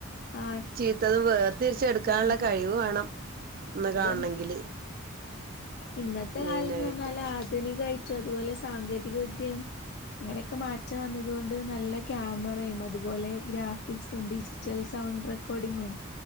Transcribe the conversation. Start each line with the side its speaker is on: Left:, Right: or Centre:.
Left: ആ
Right: ചീത്തതും വേർതിരിച്ചെട്ക്കാന്ള്ള
Left: അതന്നെ
Right: കഴിവ് വേണം ഇന്ന്
Left: ഉതൻ
Right: കാണണെങ്കില്
Left: ഇന്നത്തെ
Right: മെയിനായിട്ട്
Left: കാലം എന്ന് പറഞ്ഞാല് ആധുനികായിറ്റും അതുപോലെ സാങ്കേതിക വിദ്യയും അങ്ങനെയൊക്കെ മാറ്റം വന്നത് കൊണ്ട് നല്ല ക്യാമറയും അതുപോലെ ഗ്രാഫിക്സും ഡി റ്റൽ സൗണ്ട് റെക്കോർഡിങ്ങും